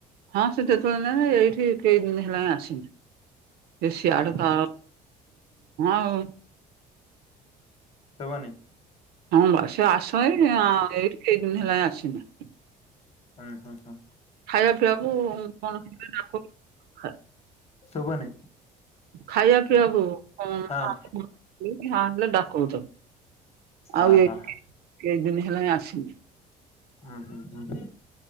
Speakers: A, on the right; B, on the left.
A: ହଁ ସେ ଯେତେବେଳେ ନାଇଁ ଏଇଠି କେ ଦିନ ହେଲାଣି ଆସିନି। ବେଶିଆଡ
B: ଓହୋ
A: ତ ଆଉ।
B: ଶୁଭୁନି।
A: ହଁ ବା ସେ ଆସ ଏ ଏ ସେଇ ଦିନ ହେଲା ଆସିନି।
B: ହୁଁ ହୁଁ ହୁଁ।
A: ଖାଇବା ପିଇବାକୁ କଣ?
B: ଶୁଭୁ ନି।
A: ଖାଇବା ପିଇବାକୁ ହ
B: ହଁ
A: ହେଲେ ଡାକଉ
B: ହଁ
A: ଆଉ
B: ହଁ
A: ଏ କ ଦିନ ହେଲେଣି ଆସିନି।
B: ହୁଁ ହୁଁ ହୁଁ।